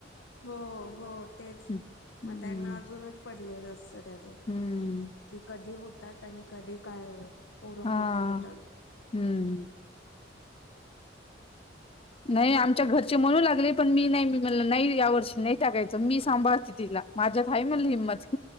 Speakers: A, on the left; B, on the left.
A: हो हो तेच
B: हम्म
A: मग त्यांना अजूनच पटतं लिहिलं असतं त्याचं
B: हम्म
A: की कधी होतात आणि कधी काय होईल पोरं
B: हा
A: मोठी होतात
B: हम्म नाही
A: मग
B: आमच्या घरचे म्हणू लागले पण मी नाही नाही या वर्षी नाही टाकायचं मी सांभाळते तिला माझ्यात हय म्हणलं हिम्मत